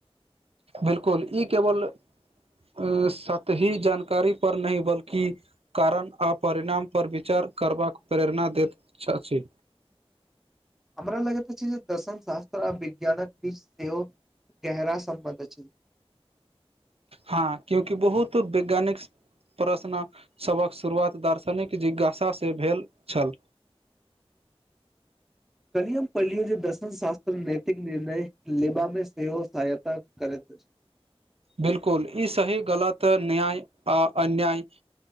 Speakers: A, on the right; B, in the centre.
A: बिलकुल ई केवल अ सतही जानकारी पर नहि बल्कि कारण आ परिणामपर विचार करबाक प्रेरणा दैत अछि
B: हमरा लगैत अछि जे दर्शन शास्त्र आ विज्ञानक बीच सेहो गहरा सम्बन्ध छै
A: हँ क्यंकि बहुत वैज्ञानिक प्रश्नसभक शुरुआत दार्शनिक जिज्ञासँ भेल छल
B: कलियम पलियो जे दर्शन शास्त्र नैतिक निर्णय लेबा मे सेहो सहायता करैत अछि
A: बिलकुल ई सही गलत न्याय आ अन्याय